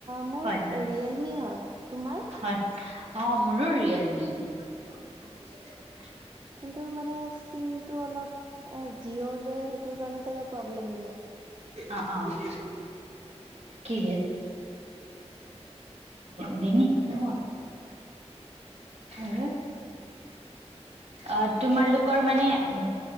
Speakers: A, on the right (about 40°); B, on the right (about 70°).
A: মোৰ
B: হয়, হয়,
A: ৰিয়েলমি হয়। তোমাৰ?
B: হয়, অ', মোৰো ৰিয়েলমি <inaudible>
A: কিন্তু মানে ছিমটো অলপ জিঅ' যে সেইটোৰ কাৰণে চাগে প্ৰব্লেম দিয়ে
B: অ' অ' কি কি দি অ হল অ তোমালোকৰ মানে উ